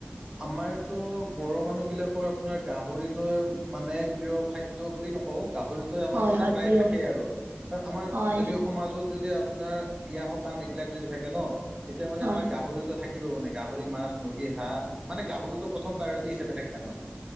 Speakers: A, on the right; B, on the right.
A: আমাৰতো বড়ো মানুহবিলাকৰ আপোনাৰ গাহৰিটোৱে মানে প্ৰিয় খাদ্য বুলি নকও গাহৰিত টোৱে আমাৰ
B: হয়
A: মানে
B: হয়
A: প্ৰায়
B: প্ৰিয়
A: থাকেই
B: খাদ্য
A: আৰু কাৰণ আমাৰ
B: হয়
A: যদি
B: হয়
A: সমাজত যদি আপোনাৰ বিয়া সকাম এইবিলাক যদি থাকে ন তেতিয়া মানে
B: হয়
A: আমাৰ গাহৰিতো থাকিব মানে গাহৰি মাছ মুৰ্গী হাহ মানে গাহৰিটো প্ৰথম পাইওৰিতি হিচাপে থাকে আমাৰ।